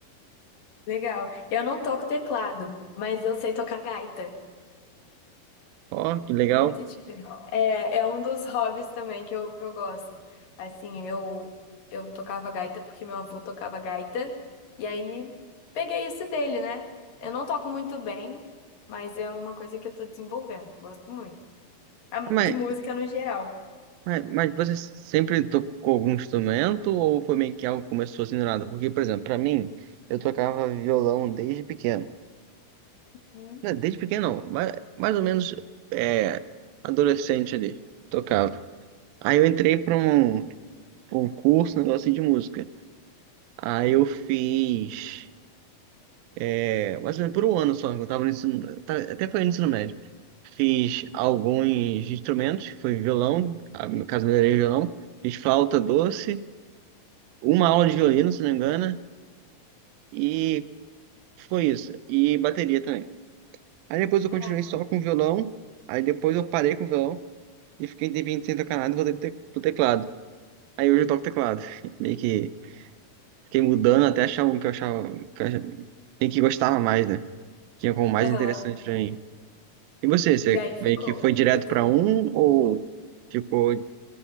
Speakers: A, on the left; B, on the right.
A: Legal. Eu não toco teclado, mas eu sei tocar gaita.
B: Ó, que legal.
A: Muito diferente. É, é um dos hobbies também que eu, que eu gosto. Assim, eu, eu tocava gaita porque meu avô tocava gaita. E aí peguei isso dele, né? Eu não toco muito bem, mas é uma coisa que eu tô desenvolvendo. Gosto muito. A mu-
B: Mas,
A: De música no geral.
B: mas, mas você sempre tocou algum instrumento ou foi meio que algo que começou assim do nada? Porque, por exemplo, pra mim, eu tocava violão desde pequeno.
A: Hum,
B: Não, desde pequeno não, mais, mais ou menos é, adolescente ali, tocava. Aí eu entrei para um, pra um curso, um negócio assim de música. Aí eu fiz, é, mais ou menos por um ano só, eu tava no ensino, tá- até foi no ensino médio. Fiz alguns instrumentos, foi violão, ah, no caso melhorei o violão, fiz flauta doce, uma aula de violino, se não me engano, e foi isso. E bateria também. Aí depois eu
A: caraca.
B: continuei só com violão, aí depois eu parei com o violão e fiquei um tempinho sem tocar nada e voltei pro te- pro teclado. Aí hoje eu toco teclado, <laughs> meio que Fiquei mudando até achar um que eu achava que eu achava- e que gostava mais, né? Tinha como mais
A: Aham.
B: interessante pra mim. E você, você
A: E aí
B: meio
A: ficou
B: que foi direto
A: o
B: pra
A: teclado.
B: um ou ficou